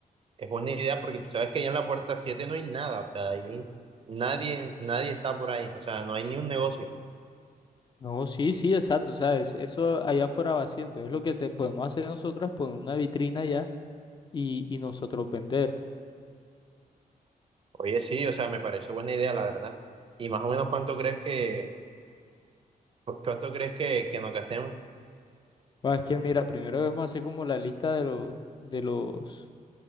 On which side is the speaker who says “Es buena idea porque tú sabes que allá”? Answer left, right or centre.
Right